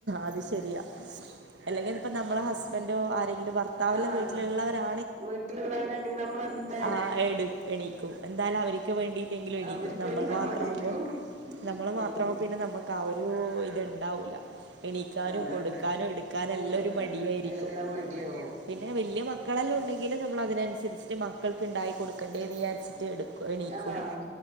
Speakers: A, on the right (about 75°); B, on the right (about 40°).
A: അത് ശരിയാ അല്ലെങ്കിൽ ഇപ്പോ നമ്മളെ ഹസ്ബൻഡോ ആരെങ്കിലും ഭർത്താവെല്ലാം
B: ആഹ്
A: വീട്ടിലുള്ളവരാ
B: വീട്ടിലുള്ളവരാണെങ്കി നമ്മള് എന്ത
A: ആഹ് എ എണീക്കും എന്തായാലും അവര്ക്ക് വേണ്ടിട്ടെങ്കിലും എണീക്കും
B: അവർക്ക്
A: നമ്മൾ
B: വേണ്ടി
A: മാത്രം
B: നീക്കും
A: ആകുമ്പോ നമ്മള്
B: ഉം
A: മാത്രമവുമ്പോ പിന്നെ നമുക്ക് ആഹ് ഒരു ഇത്ണ്ടാവൂല എണീക്കാനും
B: അതെ
A: കൊടുക്കാനും എടുക്കാനും എല്ലാം
B: അതൊക്കെ
A: ഒരു മടിയായിരിക്കും
B: എല്ലാം മടിയാവും
A: പിന്നെ വല്യ മ മക്കളെല്ലാം ഉണ്ടെങ്കില് നമ്മള് അതിനനുരിച്ചിട്ട് മക്കൾക്ക് ഇണ്ടായി കൊടുക്കണ്ടേനി എന്ന് വിചാരിട്ട് എടുക്കും എണീക്കും
B: ആഹ്